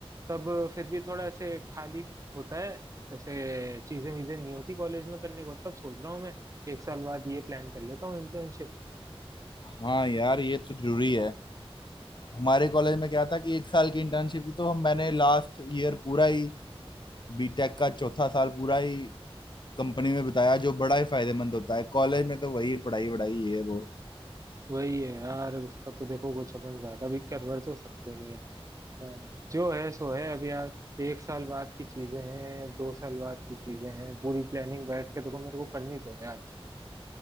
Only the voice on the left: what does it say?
हाँ यार ये तो जरूरी है हमारे कॉलेज में क्या था कि एक साल की इंटर्नशिप थी तो हम मैंने लास्ट ईयर पूरा ही बीटेक का चौथा साल पूरा ही कंपनी में बिताया जो बड़ा ही फायदेमंद होता है कॉलेज में तो वही पढ़ाई वढ़ाई ये वो